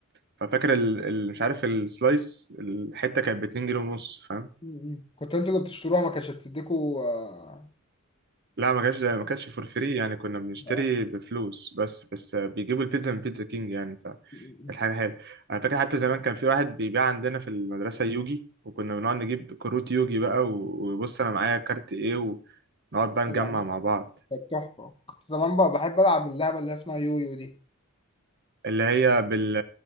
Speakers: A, on the right; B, on the left.
A: ففاكر ال... ال... مش عارف السلايس الحته كانت ب 2 جنيه ونص
B: م- م. كنت انتوا اللي بتشتروها ما كانتش بتديكوا اه
A: لا ما كانش ما كانتش فور فري يعني كنا بنشتري
B: اه
A: بفلوس بس بس بيجيبوا البيتزا من بيتزا كينج يعني فكانت
B: م- م-
A: حاجة حلوة أنا فاكر حتى زمان كان في واحد بيبيع عندنا في المدرسة يوجي وكنا بنقعد نجيب كروت يوجي بقى و- وبص أنا معايا كارت إيه ونقعد بقى نجمع
B: م. يعني
A: مع بعض
B: كانت تحفه كنت زمان بقى بحب العب اللعبه اللي اسمها يويو دي
A: اللي هي بال